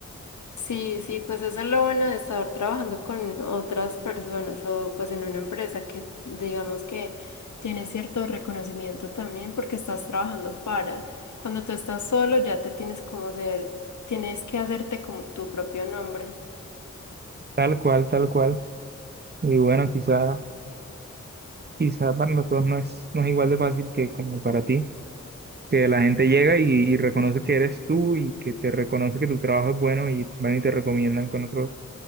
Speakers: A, on the left; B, on the right.
A: Sí, sí, pues eso lo van a estar trabajando con otras personas o pues en una empresa que digamos que tiene cierto reconocimiento también porque estás trabajando para. Cuando tú estás solo ya te tienes como hacer, tienes que hacerte como tu propio nombre.
B: Tal cual, tal cual. Y bueno, quizá, quizá para nosotros no es, no es igual de fácil que como para ti, que la gente llega y, y reconoce que eres tú y que te reconoce que tu trabajo es bueno y van y te recomiendan con otros,